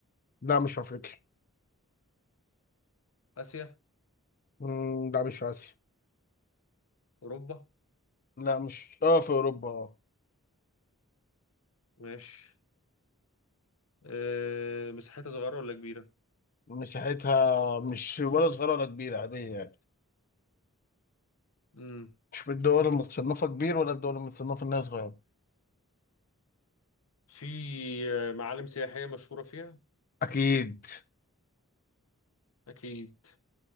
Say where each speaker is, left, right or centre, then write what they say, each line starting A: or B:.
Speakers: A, on the left; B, on the left.
A: لا مش في افريقيا
B: آسيا
A: مم، لا مش في اسيا
B: أوروبا
A: لا مش اه في اوروبا اه
B: ماشي آه، مساحتها صغيرة ولا كبيرة؟
A: مساحتها مش ولا صغيرة ولا كبيرة عادية يعني
B: مم.
A: مش من الدول المتصنفة كبير ولا الدول المتصنفة انها صغيرة
B: في آه، معالم سياحية مشهورة فيها؟
A: أكيد
B: أكيد